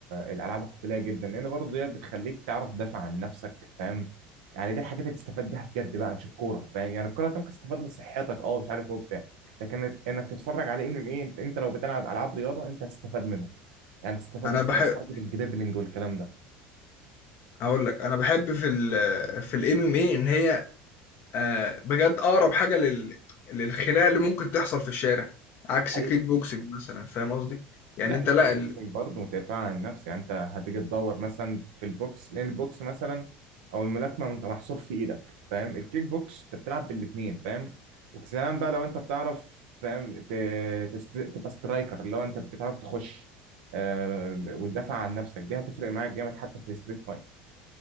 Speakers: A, on the right; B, on the left.
A: الالعاب القتاليه جدا لان برضو دي بتخليك تعرف تدافع عن نفسك فاهم يعني دي الحاجات اللي تستفاد بيها بجد بقى مش الكوره فاهم يعني الكوره انت ممكن تستفاد لصحتك اه مش عارف ايه وبتاع لكن انك تتفرج على ام ام اي انت انت لو بتلعب العاب رياضه انت هتستفاد منهم يعني تستفاد
B: انا
A: مثلا
B: بحب
A: من حركه الجريبلينج والكلام
B: اقول لك انا بحب في ال في الام ام اي ان هي آه بجد اقرب حاجه لل للخناقه اللي ممكن تحصل في الشارع عكس
A: ده
B: كيك بوكسنج مثلا فاهم قصدي يعني
A: لا
B: انت
A: الكيك
B: لا
A: بوكسنج برضه دفاع عن النفس يعني انت هتيجي تدور مثلا في البوكس لان البوكس مثلا او الملاكمه انت محصور في ايدك فاهم الكيك بوكس انت بتلعب بالاثنين فاهم وكسلام بقى لو انت بتعرف فاهم ت- تست... تبقى سترايكر اللي هو انت بتعرف تخش آه، وتدافع عن نفسك دي هتفرق معاك جامد حتى في الستريت فايت